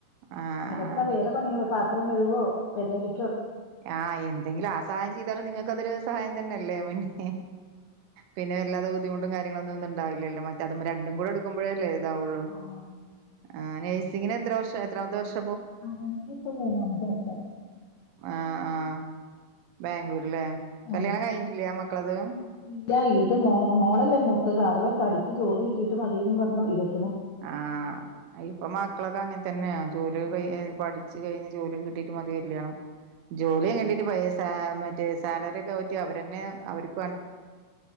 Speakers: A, on the right; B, on the left.
A: ആഹ്
B: അകത്ത
A: ആഹ്
B: വേറെ പണിയൊക്കെ പാത്രം കഴുകുവോ പേരേടി
A: ആഹ് എന്തെങ്കിലും ആ സഹായം ചെയ്താലും നിങ്ങൾക്ക് അതൊരു സഹായം തന്നെല്ലേ പിന്നെ പിന്നെ വല്ലാതെ ബുദ്ധിമുട്ടും കാര്യങ്ങളൊന്നും ണ്ടാവി ഇല്ല ഇല്ല മറ്റ രണ്ടും കുട എടുക്കുമ്പോഴല്ലേ ഇതാവുള്ളൂ,
B: ആഹ്
A: ആ നഴ്സിംഗിന് എത് ത്ര വർഷ് എത്രാമത്തെ വർഷ്
B: ആ <unintelligible> ഇപ്പോ പോലാണ് ചേർച്ച.
A: ആ ആഹ് ബാംഗ്ലൂര്ല്ലേ കല്യാണം
B: ആഹ്
A: കഴിഞ്ഞിട്ടില്ല മക്കളത്.
B: ഇല്ല ഇത് മോ മോളല്ലേ മൂത്തത് അവളെ പഠിച്ച് ജോലി കിട്ടിട്ടും അധികം <unintelligible>
A: ആ ഇപ്പോ മക്കളൊക്കെ അങ്ങനെ തന്നെയ ജോലി ഒക്കെ
B: ആ,
A: കയി എ പഠിച്ചു കഴിഞ്ഞി ജോലി കിട്ടിട്ട് മതി കല്യാണം ജോലി കിണ്ടിട്ട് പയെ സാ മറ്റേ സാലറി ഒക്കെ പറ്റി അവരന്നെ അവര്ക്